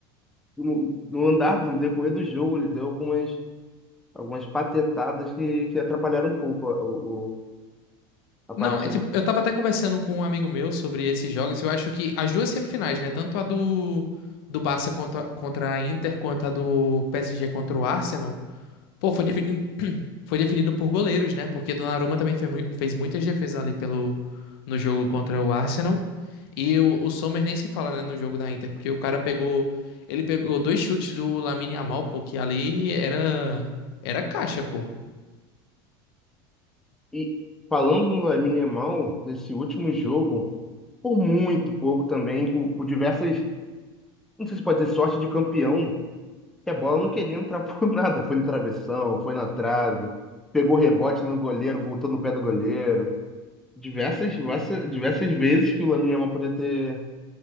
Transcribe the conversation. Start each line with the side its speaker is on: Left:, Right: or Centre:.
Centre: No, no andar, no decorrer do jogo, ele deu algumas, algumas patetadas que, que atrapalharam um pouco a, o- o- a
Left: Não,
Centre: partida.
Left: é tipo, eu tava até conversando com um amigo meu sobre esses jogos. Eu acho que as duas semifinais, né? Tanto a do, do Barça contra, contra a Inter, quanto a do PSG contra o Arsenal. Pô, foi definido, foi definido por goleiros, né? Porque Donnarumma também fe- fez muitas defesas ali pelo, no jogo contra o Arsenal. E o, o Sommer nem se fala, né, no jogo da Inter, porque o cara pegou. Ele pegou dois chutes do Lamine Yamal, pô, que ali era. Era caixa, pô.
Centre: E falando no Lamine Yamal, nesse último jogo, por muito pouco também, por, por diversas, não sei se pode dizer sorte de campeão, que a bola não queria entrar por <laughs> nada. Foi no travessão, foi na trave, pegou rebote no goleiro, voltou no pé do goleiro. Diversas, diversas, diversas vezes que o Lamine Yamal podia ter,